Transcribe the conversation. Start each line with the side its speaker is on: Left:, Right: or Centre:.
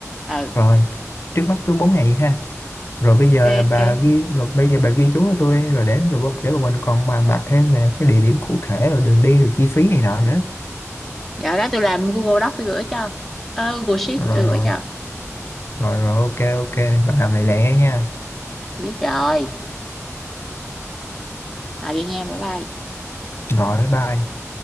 Centre: ừ
Left: rồi trước mắt cứ bốn ngày vậy ha rồi bây giờ
Centre: ok
Left: là bà
Centre: ok
Left: ghi rồi bây giờ bà ghi chú cho tôi rồi để rồi bọn- để bọn mình còn bàn bạc thêm về cái địa điểm cụ thể rồi đường đi rồi chi phí này nọ nữa
Centre: giờ đó tôi làm Google Doc tôi gửi cho ờ, Google Sheet
Left: rồi
Centre: tôi gửi
Left: rồi
Centre: cho
Left: rồi rồi, ok ok bà làm lẹ lẹ nha
Centre: biết rồi rồi vậy nha bye bye
Left: rồi bye bye